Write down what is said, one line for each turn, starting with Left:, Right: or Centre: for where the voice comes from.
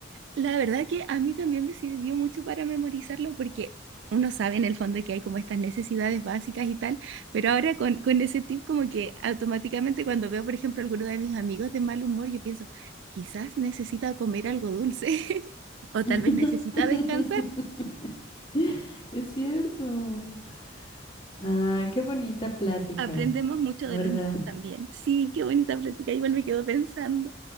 Right: La verdad que a mí también me sirvió mucho para memorizarlo porque uno sabe en el fondo que hay como estas necesidades básicas y tal, pero ahora con, con ese tip como que automáticamente cuando veo, por ejemplo, alguno de mis amigos de mal humor, yo pienso, quizás necesita comer algo dulce <laughs> o tal
Left: <laughs>
Right: vez necesita descansar.
Left: Es cierto. Ay, qué bonita plática,
Right: Aprendemos mucho
Left: la
Right: de
Left: verdad.
Right: los niños también. Sí, qué bonita plática. Igual me quedo pensando